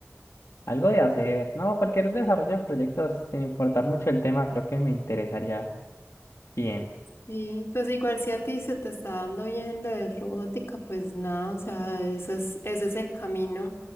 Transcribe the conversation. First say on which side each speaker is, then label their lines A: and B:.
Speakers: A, on the left (about 85°); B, on the left (about 60°).
A: algo de hacer, ¿no? Cualquier desarrollo de proyectos, sin importar mucho el tema, creo que me interesaría bien.
B: Y pues igual si a ti se te está dando bien lo de robótica, pues nada, o sea, ese es, ese es el camino.